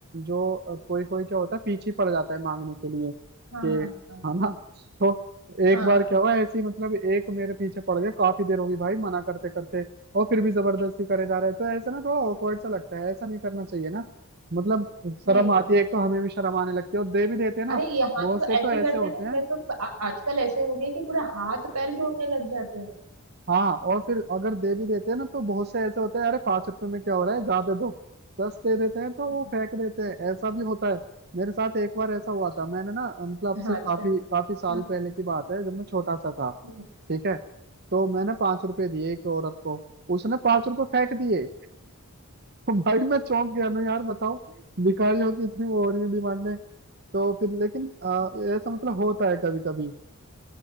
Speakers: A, on the right; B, on the right.
A: जो अ, कोई कोई क्या होता है पीछे पड़ जाता है मांगने के लिए
B: हाँ
A: कि
B: हाँ हाँ
A: हाँ ना <laughs> तो एक
B: हाँ
A: बार क्या हुआ ऐसे ही मतलब एक मेरे पीछे पड़ गया काफी देर होगी भाई मना करते करते और फिर भी जबरदस्ती करे जा रहे हैं तो ऐसा ना थोड़ा ऑकवर्ड सा लगता है ऐसा नहीं करना चाहिए ना मतलब शर्म
B: नहीं
A: आती है एक तो हमें भी शर्म आने लगती है और दे भी देते हैं ना
B: अरे यहाँ
A: बहुत
B: तो
A: से तो
B: ऐसे
A: ऐसे
B: करते
A: होते
B: हैं ना इधर
A: हैं
B: तो आ- आजकल ऐसे हो गया कि पूरा हाथ पैर जोड़ने लग जाते हैं
A: हाँ और फिर अगर दे भी देते हैं ना तो बहुत से ऐसे होते हैं अरे पांच रुपए में क्या हो रहा है ज्यादा दो दस दे देते हैं तो
B: हम्म,
A: वो फेंक देते हैं ऐसा भी होता है मेरे साथ एक बार ऐसा हुआ था मैंने ना मतलब
B: हाँ
A: से काफी
B: अच्छा
A: काफी साल
B: हाँ
A: पहले की बात है जब मैं छोटा सा था
B: हम्म,
A: ठीक है तो मैंने पांच रुपए दिए एक औरत को उसने पांच रुपए फेंक दिए <laughs> भाई मैं चौंक गया ना यार बताओ भिखारियों की इतनी वो हो रही है डिमांडें तो फिर लेकिन अ, ऐसा मतलब होता है कभी कभी